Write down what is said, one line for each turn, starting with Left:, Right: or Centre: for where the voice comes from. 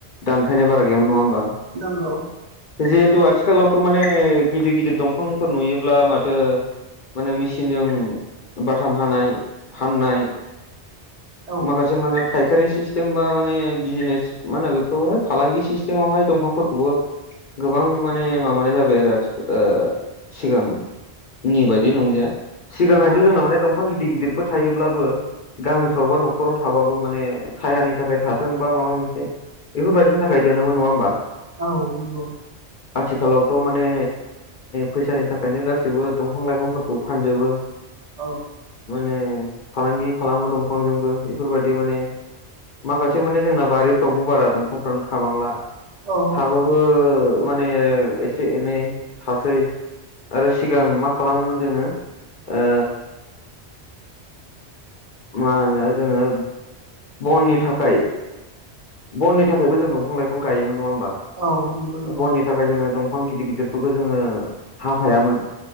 Left: दानफाय बारा गैयामोन नङा होमबा
Right: नंगौ
Left: जिहेथु आथिखालावथ माने गिदिर गिदिर दंफांफोर नुयोब्ला माथो माने मेसिनजों बाथाम हानाय फाननाय
Right: औ
Left: माखासे माने फायखारि सिस्टेम बा माने बिजिनेस मा होनो बेखौहाय फालांगि सिस्टेमावहाय दंफांफोरखौबो गोबां माने माबानाय जाबाय आरो आथिखाल सिगां नि बायदि नंलिया सिगांहायथ
Right: नंगौ
Left: जोंना माने दंफां गिदिर गिदिरफोर थायोब्लाबो गामिफोरावबा न'खराव थाबाबो माने सायानि थाखाय थाथों बा माबा मोनसे बेफोरबायदिनि थाखाय दोनोमोन नङा होनोमबा
Right: औ नंगौ
Left: आथिखालावथ माने फैसानि थाखायनो गासैबो दंफां लाइफांफोरखौ फानजोबो
Right: औ
Left: माने फालांगि खालामो दंफांजोंबो बेफोरबायदि माने माखासे माने जोंना बारिफ्रावबो बारा दंफांफ्रानो थाबांला
Right: औ
Left: थाबाबो मान एसे हासै आरो सिगां मा खालामोमोन जोङो ओ मा होनो जोङो बननि थाखाय बननि थाखायबो जों दंफां लाइफां गायोमोन नङा होमबा
Right: औ नंगौ नंगौ
Left: बननि थाखाय जोङो दंफां गिदिर गिदिरफोरखौ जोङो हाफायामोन